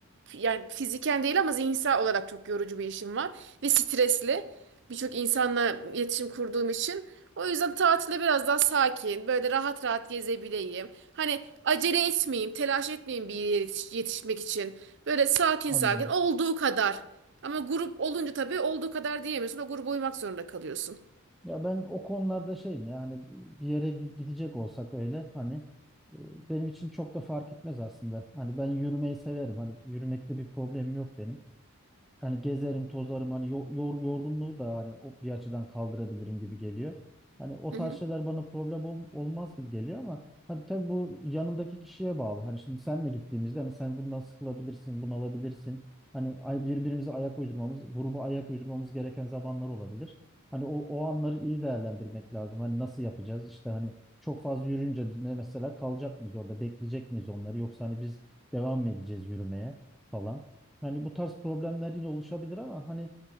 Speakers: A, on the right; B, in the centre.
A: Yani fiziken değil ama zihinsel olarak çok yorucu bir işim var. Ve stresli. Birçok insanla iletişim kurduğum için. O yüzden tatile biraz daha sakin, böyle rahat rahat gezebileyim. Hani acele etmeyeyim, telaş etmeyeyim bir yere yetiş- yetişmek için. Böyle sakin
B: Anladım.
A: sakin olduğu kadar. Ama grup olunca tabii olduğu kadar diyemiyorsun. O gruba uymak zorunda kalıyorsun.
B: Ya ben o konularda şeyim ya hani bir yere gi- gidecek olsak öyle hani e, benim için çok da fark etmez aslında. Hani ben yürümeyi severim. Hani yürümekte bir problemim yok benim. Yani gezerim, tozarım hani yo- yor- yorgunluğu da hani o bir açıdan kaldırabilirim gibi geliyor. Hani o
A: Hı
B: tarz
A: hı.
B: şeyler bana problem ol- olmaz gibi geliyor ama hani tabii bu yanındaki kişiye bağlı. Hani şimdi senle gittiğimizde hani sen bundan sıkılabilirsin, bunalabilirsin. Hani ay- birbirimize ayak uydurmamız, gruba ayak uydurmamız gereken zamanlar olabilir. Hani o, o anları iyi değerlendirmek lazım. Hani nasıl yapacağız? İşte hani çok fazla yürüyünce biz mesela kalacak mıyız orada, bekleyecek miyiz onları yoksa hani biz devam mı edeceğiz yürümeye falan. Yani bu tarz problemler yine oluşabilir ama hani